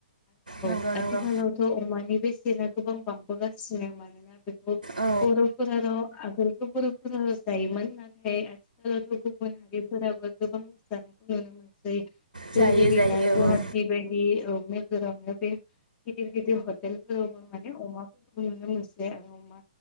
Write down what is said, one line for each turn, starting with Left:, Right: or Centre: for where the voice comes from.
Right: नंगौ
Left: औ
Right: नंगौ
Left: आथिखालावथ' अमानि बेसेना गोबां बांबोगासिनो। मानोना बेखौ
Right: औ
Left: बर'फोर' आगोलथ' बर'फोरा जायोमोन। नाथाय गुबुन हारिफोराबो गोबां जानायखौ नुनो मोनसै।
Right: जायो
Left: जेरैबायदि
Right: जायो
Left: दा गुवाहाटि
Right: औ
Left: बिदि बायदि नोगोरावनो बे गिदिर गिदिर हटेलफोरावबो माने अमा नुनो मोनसै आरो अमा